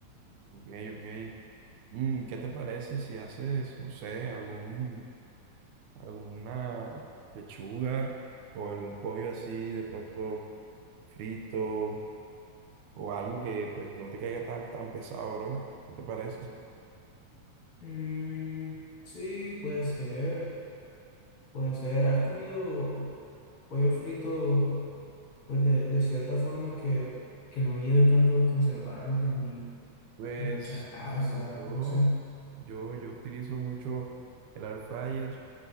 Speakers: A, on the right; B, on the left.
A: Ok, ok. Mm, ¿qué te parece si haces, no sé, algún, alguna pechuga o algún pollo así de pronto frito o algo que pues no te caiga tan, tan pesado, bro? ¿Qué te parece?
B: Mm, sí, puede ser, puede ser. ¿Has comido pollo frito, pues de, de cierta forma que, que no lleve tantos conservantes ni,
A: Pues,
B: ni mucha grasa,
A: bueno, yo,
B: no sé?
A: yo, yo utilizo mucho el air fryer,